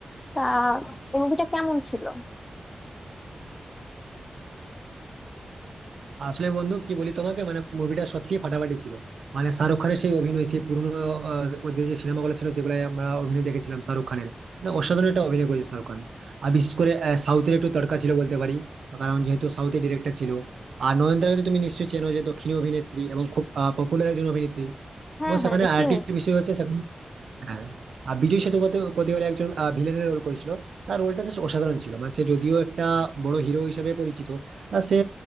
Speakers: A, on the left (about 20°); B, on the right (about 85°).
A: তা এই মুভিটা কেমন ছিল
B: আসলে বন্ধু কি বলি তোমাকে মানে মুভিটা সত্যি ফাটাফাটি ছিল মানে শাহরুখ খানের সেই অভিনয় সেই পুরনো আহ, ওদের যে সিনেমাগুলো ছিল যেগুলো আমরা অভিনয় দেখেছিলাম শাহরুখ খানের মানে অসাধারণ একটা অভিনয় করেছে শাহরুখ খান আর বিশেষ করে আহ, সাউথের একটু তড়কা ছিল বলতে পারি কারণ যেহেতু সাউথের ডিরেক্টর ছিল আর নয়নতারাকে তো তুমি নিশ্চয়ই চেনো যে দক্ষিণী অভিনেত্রী এবং খুব পপুলার একজন অভিনেত্রী
A: হ্যাঁ
B: এবং সেখানে
A: হ্যাঁ আমি
B: আরেকটি
A: চিনি
B: বিষয় হচ্ছে সেখানে হ্যাঁ আর বিজয় সেতুপতি বলে একজন ভিলেনের রোল করেছিল তার রোলটা জাস্ট অসাধারণ ছিল মানে সে যদিও একটা বড় হিরো হিসেবে পরিচিত না সে